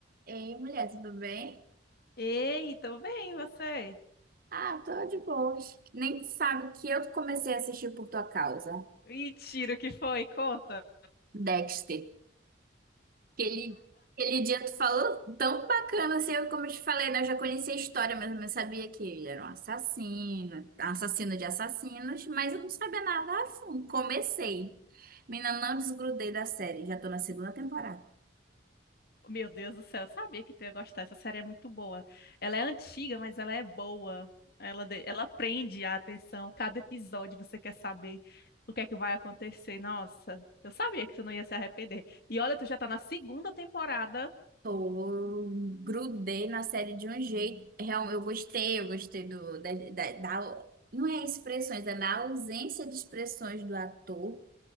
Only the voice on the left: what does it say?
Ei, tô bem, e você?
Mentira, o que foi? Conta.
Meu Deus do céu, eu sabia que tu ia gostar. Essa série é muito boa. Ela é antiga, mas ela é boa. Ela, de- ela prende a atenção. Cada episódio você quer saber o que é que vai acontecer. Nossa, eu sabia que tu não ia se arrepender. E olha, tu já tá na segunda temporada.